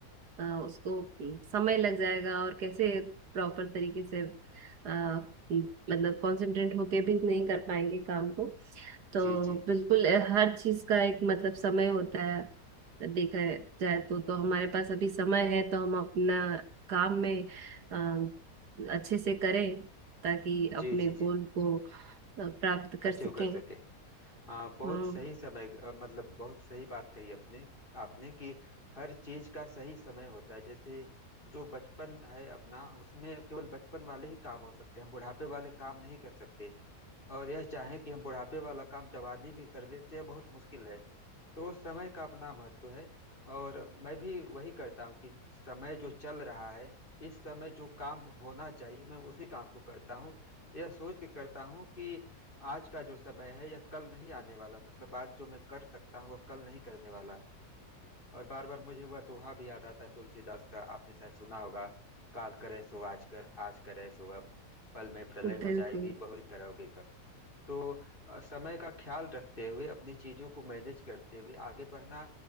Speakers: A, on the right; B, on the left.
A: अ, उसको अम, समय लग जाएगा और कैसे प्रॉपर तरीके से अ, मतलब कंसंट्रेट होके भी नहीं कर पाएंगे काम को तो
B: जी जी
A: बिल्कुल अ, हर चीज का एक मतलब समय होता है देखा जाए तो तो हमारे पास अभी समय है तो हम अपना काम में अ, अच्छे से करें ताकि अपने
B: जी जी जी
A: गोल को अ, प्राप्त कर
B: अचीव
A: सकें
B: कर सके हाँ बहुत
A: हम्म
B: सही समय अ, मतलब बहुत सही बात कही अपने आपने कि हर चीज का सही समय होता है जैसे जो बचपन है अपना उसमें केवल बचपन वाले ही काम हो सकते हैं हम बुढ़ापे वाले काम नहीं कर सकते और यह चाहें कि हम बुढ़ापे वाला काम जवानी में कर लेते हैं बहुत मुश्किल है तो समय का अपना महत्व है और मैं भी वही करता हूँ कि समय जो चल रहा है इस समय जो काम होना चाहिए मैं उसी काम को करता हूँ यह सोच के करता हूँ कि आज का जो समय है यह कल नहीं आने वाला मतलब आज जो मैं कर सकता हूँ वह कल नहीं करने वाला और बार बार मुझे वह दोहा भी याद आता है तुलसीदास का आपने शायद सुना होगा काल करे सो आज कर आज करे सो अब पल में प्रलय
A: बिल्कुल
B: हो जाएगी बहुरी करोगे कब तो अ, समय का ख्याल रखते हुए अपनी चीजों को मैनेज करते हुए आगे बढ़ना